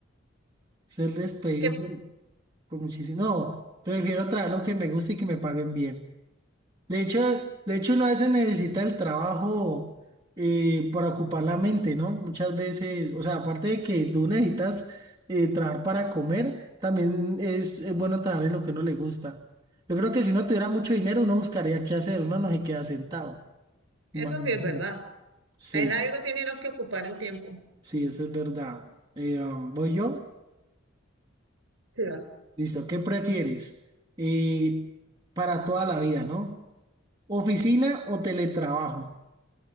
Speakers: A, on the right; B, on the right.
A: Ser despedido
B: Que
A: por, por muchísimo. No, prefiero trabajar lo que me gusta y que me paguen bien. De hecho, de hecho uno a veces necesita el trabajo eh, para ocupar la mente, ¿no? Muchas veces, o sea, aparte de que tú necesitas eh, trabajar para comer, también es, es bueno trabajar en lo que uno le gusta. Yo creo que si uno tuviera mucho dinero, uno buscaría qué hacer, uno no se queda sentado.
B: eso
A: Imagínate.
B: sí es verdad.
A: Sí,
B: En algo tiene uno que ocupar el tiempo.
A: sí, eso es verdad. Eh, um, ¿voy yo?
B: Sí,
A: Listo, ¿qué prefieres? Eh, para toda la vida, ¿no? ¿Oficina o teletrabajo?